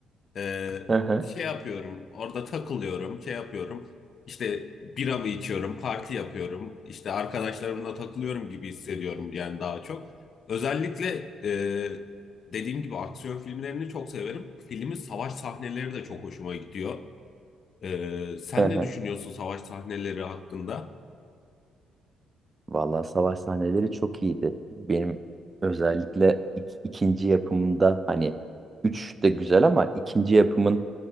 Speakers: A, on the left; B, on the right.
A: Ee,
B: hı hı,
A: şey yapıyorum, orada takılıyorum, şey yapıyorum. İşte bira mı içiyorum, parti yapıyorum, işte arkadaşlarımla takılıyorum gibi hissediyorum yani daha çok. Özellikle e, dediğim gibi aksiyon filmlerini çok severim. Filmin savaş sahneleri de çok hoşuma gidiyor. Ee, sen
B: hı hı.
A: ne düşünüyorsun savaş sahneleri hakkında?
B: Vallahi savaş sahneleri çok iyiydi. Benim özellikle ik- ikinci yapımında hani üç de güzel ama ikinci yapımın